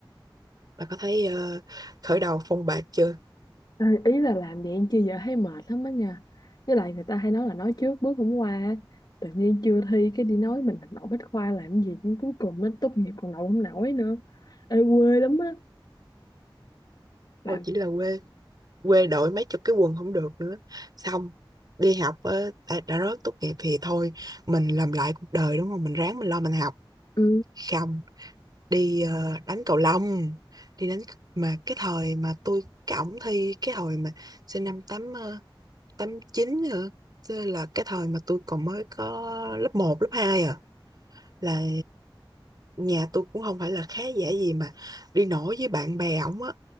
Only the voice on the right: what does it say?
bà có thấy ờ, khởi đầu phong bạc chưa
thôi chỉ là quê quê đội mấy chục cái quần không được nữa xong đi học á, đã, đã rớt tốt nghiệp thì thôi mình làm lại cuộc đời đúng không mình ráng mình lo mình học
không đi ờ, đánh cầu lông đi đánh mà cái thời mà tôi cái ổng thi cái hồi mà sinh năm tám ờ, tám chín hả Chứ là cái thời mà tôi còn mới có lớp một lớp 2 à là nhà tôi cũng không phải là khá giả gì mà đi nổi với bạn bè ổng á